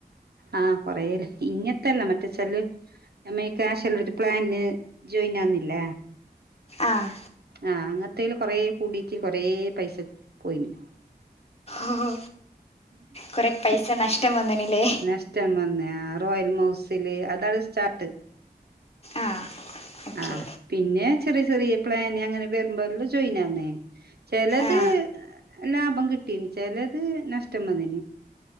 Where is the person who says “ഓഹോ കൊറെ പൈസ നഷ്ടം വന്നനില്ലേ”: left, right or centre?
Left